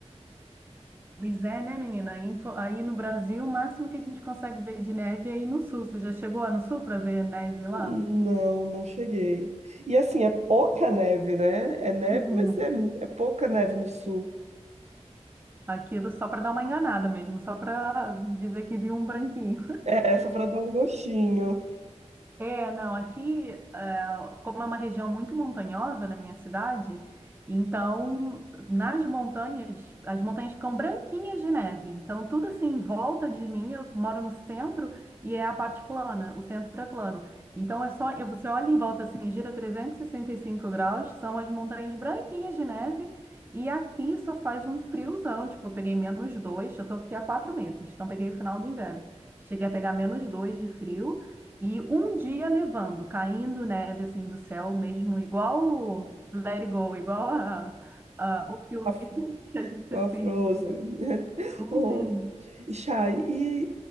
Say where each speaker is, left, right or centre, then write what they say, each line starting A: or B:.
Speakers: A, on the right; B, on the right.
A: Pois é, né, menina? Aí em aí no Brasil, o máximo que a gente consegue ver de neve é aí no sul. Você já chegou lá no sul para ver neve
B: Não,
A: lá?
B: não cheguei. E assim, é pouca neve, né? É neve,
A: Uhum.
B: mas é, é pouca neve no sul.
A: Aquilo só para dar uma enganada mesmo, só para dizer que viu um branquinho.
B: É, só pra dar um gostinho.
A: É, não, aqui, eh, como é uma região muito montanhosa na minha cidade, então nas montanhas, as montanhas ficam branquinhas de neve. Então, tudo assim em volta de mim, eu moro no centro e é a parte plana, o centro é plano. Então, é só, eu- você olha em volta assim, gira 365 graus, são as montanhas branquinhas de neve. E aqui só faz um friozão, tipo, eu peguei menos dois, eu tô aqui há quatro meses, então peguei o final do inverno. Cheguei a pegar menos dois de frio. E um dia nevando, caindo neve assim do céu mesmo, igual o Let It Go, igual a, a- o filme
B: A, fr-
A: <laughs> que a gente
B: a
A: assiste.
B: Frozen. <laughs>
A: Uhum.
B: Oh, e Chay, e,